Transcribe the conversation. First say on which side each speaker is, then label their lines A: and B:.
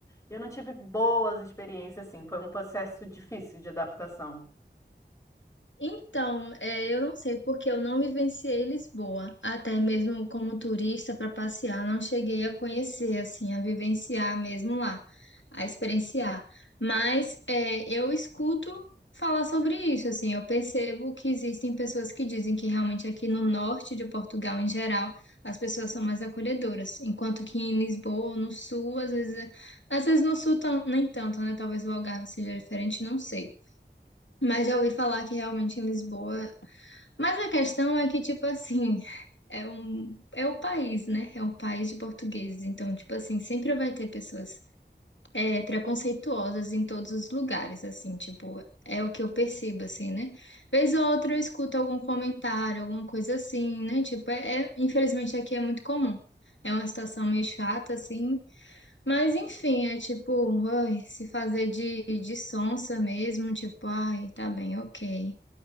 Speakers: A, on the left (about 15°); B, on the left (about 80°).
A: eu não tive boas experiências, assim. Foi um processo difícil de adaptação.
B: Então, é, eu não sei porque eu não vivenciei Lisboa, até mesmo como turista para passear, não cheguei a conhecer, assim, a vivenciar mesmo lá, a experienciar. Mas é, eu escuto falar sobre isso, assim, eu percebo que existem pessoas que dizem que realmente aqui no norte de Portugal, em geral, as pessoas são mais acolhedoras, enquanto que em Lisboa, no sul, às vezes, às vezes no sul tam- nem tanto, né? Talvez o Algarve seja diferente, não sei. Mas já ouvi falar que realmente em Lisboa. Mas a questão é que, tipo assim, <laughs> é um, é o país, né? É um país de portugueses. Então, tipo assim, sempre vai ter pessoas é, preconceituosas em todos os lugares, assim, tipo, é o que eu percebo, assim, né? Vez ou outra eu escuto algum comentário, alguma coisa assim, né? Tipo, é, é- infelizmente aqui é muito comum. É uma situação meio chata, assim. Mas, enfim, é tipo, ai, se fazer de, de sonsa mesmo, tipo, ai, tá bem, ok.